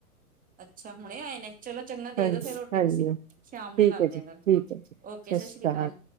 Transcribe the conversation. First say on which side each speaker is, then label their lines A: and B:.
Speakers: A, on the right; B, on the right.
A: ਅੱਛਾ ਹੁਣੇ ਆਏ ਨੇ ਚਲੋ ਚੰਗਾ ਦੇ
B: ਹਾਂਜੀ
A: ਦੋ ਫਿਰ ਰੋਟੀ
B: ਹਾਂਜੀ
A: ਤੁਸੀਂ ਸ਼ਾਮ
B: ਠੀਕ
A: ਨੂੰ ਕਰਦੇ
B: ਹੈ ਜੀ ਠੀਕ
A: ਹੋ ਫਿਰ
B: ਹੈ ਜੀ
A: ਓਕੇ ਸਤਿ
B: ਸ਼੍ਰੀ
A: ਸ੍ਰੀ ਅਕਾਲ